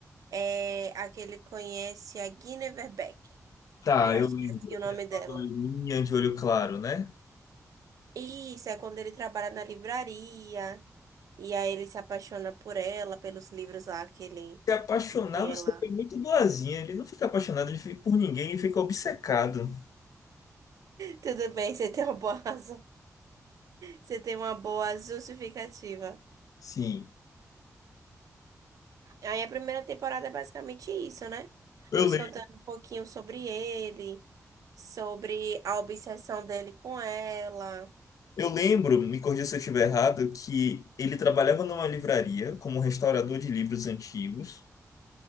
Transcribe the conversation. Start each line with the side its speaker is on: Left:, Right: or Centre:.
Right: é a que ele conhece a Guinevere Becker.
Left: Tá,
Right: Eu acho
Left: eu lembro
Right: que é assim o nome
Left: que era
Right: dela.
Left: uma loirinha de olho claro, né?
Right: Isso, é quando ele trabalha na livraria e aí ele se apaixona por ela, pelos livros lá que ele
Left: Se apaixonar,
Right: e
Left: você
Right: ela
Left: foi muito boazinha. Ele não fica apaixonado ele fica- por ninguém, ele fica obcecado.
Right: Tudo bem, você tem uma boa razão. Você tem uma boa justificativa.
Left: Sim.
Right: Aí a primeira temporada é basicamente isso, né?
Left: Eu,
Right: Nos
Left: le
Right: contando um pouquinho sobre ele, sobre a obsessão dele com ela.
Left: eu lembro, me corrija se eu estiver errado, que ele trabalhava numa livraria como restaurador de livros antigos.